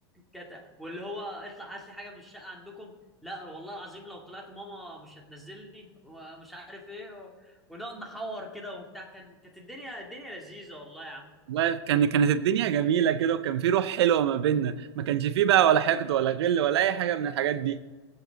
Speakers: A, in the centre; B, on the right (about 80°).
A: كتا واللي هو اطلع هات لي حاجة من الشقة عندكم لا والله العظيم لو طلعت ماما مش هتنزلني ومش عارف ايه و... ونقعد نحور كده وبتاع كان كانت الدنيا الدنيا لذيذة والله يا عم
B: والله كان كانت الدنيا جميله كده وكان في روح حلوه ما بيننا ما كانش فيه بقى ولا حقد ولا غل ولا اي حاجه من الحاجات دي